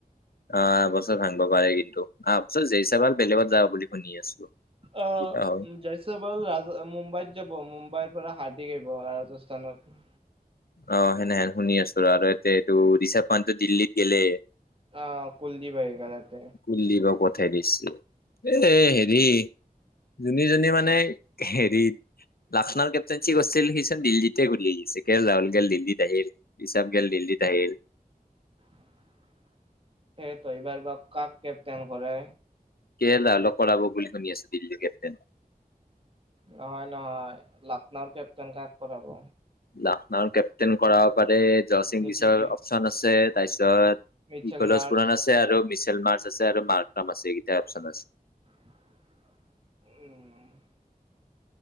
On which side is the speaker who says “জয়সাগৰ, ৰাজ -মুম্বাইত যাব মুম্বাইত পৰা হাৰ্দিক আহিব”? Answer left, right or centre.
Right